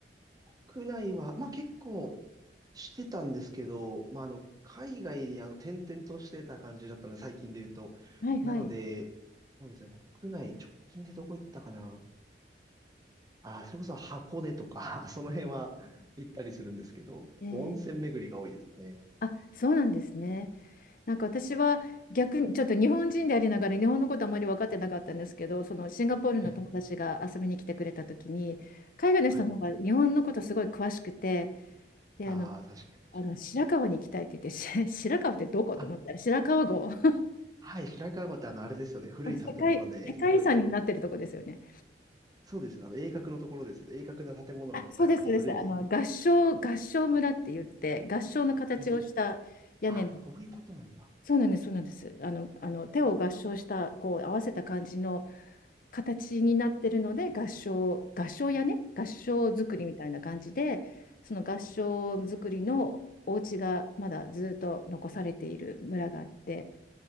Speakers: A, on the right; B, on the left.
A: 国内は、まあ結構してたんですけど、まああの、海外にあの転々としてた感じだったので、最近で言うと。
B: はいはい。
A: なので、そうですね、国内直近でどこ行ったかな。ああ、それこそ箱根とか、<laughs> その辺は行ったりするんですけど、結構温泉巡りが多いですかね。
B: えーあ、そうなんですね。なんか私は逆にちょっと日本人でありながら日本のことあまり分かってなかったんですけど、そのシンガポールの友達が遊びに来てくれた時に、
A: はい。
B: 海外の人の方が日本のことすごい詳しくて、
A: はい。
B: で、
A: ああ、
B: あの、
A: 確かに確かに。
B: あの白川に行きたいって言って、<laughs> し白川ってどこと思ったら、
A: あ、
B: 白川郷。<laughs>
A: はい、白川郷ってあの、あれですよね。古い建物ですごい
B: 世界、世界遺産になってるとこですよね。
A: そうですね。あの、鋭角のところですよ。鋭角な建物がいっぱいあって古い。
B: あ、そうです、そうです。あの、合掌、合掌村って言って、合掌の形をした屋根の、
A: うん。あ、そういうことなんだ。
B: そうなんです、そうなんです。あの、あの手を合掌した、こう合わせた感じの形になってるので、合掌、合掌屋根、合掌造りみたいな感じで、
A: はい。
B: その合掌造りのお家がまだずっと残されている村があって、